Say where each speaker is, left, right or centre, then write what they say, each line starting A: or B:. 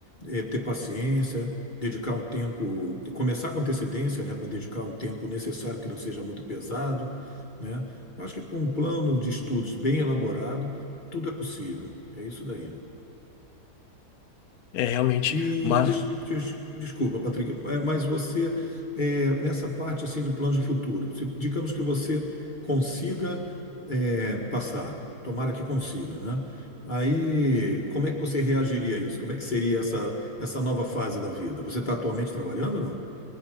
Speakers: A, on the left; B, on the left.
A: é, ter paciência, dedicar um tempo, começar com antecedência, né, para dedicar um tempo necessário que não seja muito pesado, né? Eu Acho que com um plano de estudos bem elaborado, tudo é possível. É isso daí.
B: É, realmente.
A: E
B: Mas,
A: deixa, eu te- te- desculpa, Patrick, eh, mas você, eh, nessa parte assim do plano de futuro, se- digamos que você consiga eh, passar, tomara que consiga, né? Aí, como é que você reagiria a isso? Como é que seria essa, essa nova fase da vida? Você está atualmente trabalhando ou não?